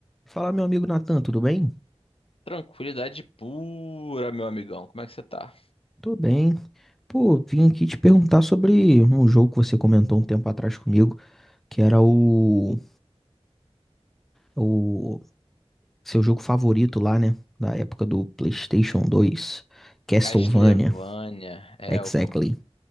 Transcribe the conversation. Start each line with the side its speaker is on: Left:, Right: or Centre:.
Centre: Fala, meu amigo Natan, tudo bem?
Left: Tranquilidade pura, meu amigão. Como é que você tá?
Centre: Tô bem. Pô, vim aqui te perguntar sobre um jogo que você comentou um tempo atrás comigo, que era o, o seu jogo favorito lá, né? Da época do PlayStation 2, Castlevania,
Left: Castlevania é
Centre: exactly.
Left: o, cu-